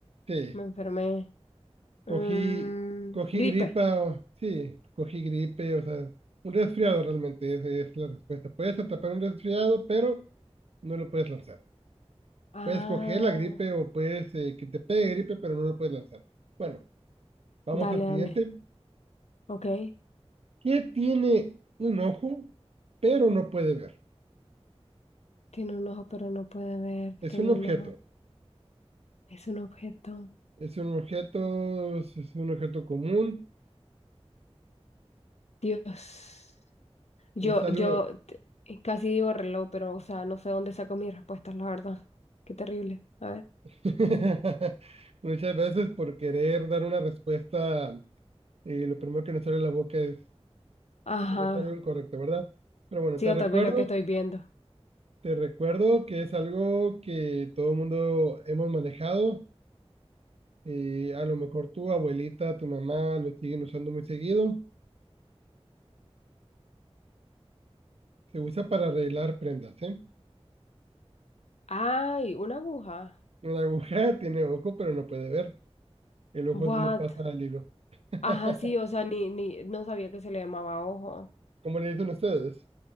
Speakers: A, on the right (about 65°); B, on the left (about 80°).
A: Sí,
B: me enfermé. Mm,
A: cogí, cogí
B: gripe.
A: gripa, o- sí, cogí gripe, o sea, un resfriado realmente, esa es la respuesta. Puedes atrapar un resfriado, pero no lo puedes lanzar.
B: Ah,
A: Puedes coger la gripe o puedes eh, que te pegue gripe, pero no lo puedes lanzar. Bueno, vamos
B: dale,
A: al siguiente.
B: dale. Ok.
A: ¿Qué tiene un ojo, pero no puede ver?
B: Tiene un ojo, pero no puede ver.
A: Es
B: Tiene
A: un
B: un
A: objeto.
B: ojo. Es un objeto.
A: Es un objeto, es un objeto común.
B: Dios. Yo,
A: Es algo.
B: yo t- casi digo reloj, pero, o sea, no sé dónde saco mis respuestas, la verdad. Qué terrible. A ver.
A: <laughs> Muchas veces por querer dar una respuesta, eh, lo primero que nos sale de la boca es,
B: Ajá.
A: es algo incorrecto, ¿verdad? Pero bueno,
B: Sí,
A: te
B: o
A: recuerdo,
B: tal vez lo que estoy viendo.
A: te recuerdo que es algo que todo el mundo hemos manejado Eh, a lo mejor tu abuelita, tu mamá lo siguen usando muy seguido. Se usa para arreglar prendas, ¿eh?
B: Ay, una aguja.
A: Una aguja <laughs> tiene ojo, pero no puede ver. El ojo
B: What?
A: es donde pasa el hilo. <laughs>
B: Ajá, sí, o sea, ni, ni, no sabía que se le llamaba ojo.
A: ¿Cómo le dicen ustedes?